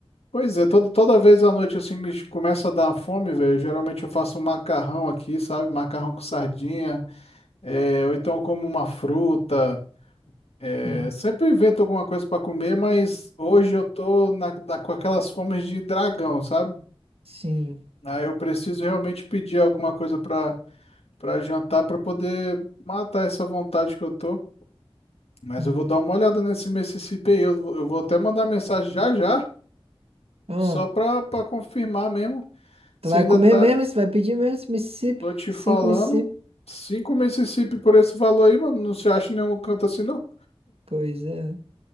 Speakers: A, on the left (about 85°); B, on the right (about 70°).
A: Pois é, toda toda vez à noite, assim, me começa a dar fome, velho. Geralmente eu faço um macarrão aqui, sabe? Macarrão com sardinha. É, ou então eu como uma fruta. É,
B: Sim.
A: sempre invento alguma coisa pra comer, mas hoje eu tô na, na- com aquelas fomes de dragão, sabe?
B: Sim.
A: Aí eu preciso realmente pedir alguma coisa pra para jantar pra poder matar essa vontade que eu tô. Mas
B: Hum.
A: eu vou dar uma olhada nesse Mississippi aí. Eu, vou- eu vou até mandar mensagem já já,
B: Ah,
A: só pra, pra confirmar mesmo. Se
B: tu vai
A: ainda
B: comer
A: tá.
B: mesmo? Você vai pedir mesmo esse Mississippi?
A: Tô te
B: Cinco
A: falando.
B: Mississippi.
A: Cinco Mississippi por esse valor aí, mano. Não se acha em nenhum canto assim, não.
B: Pois é.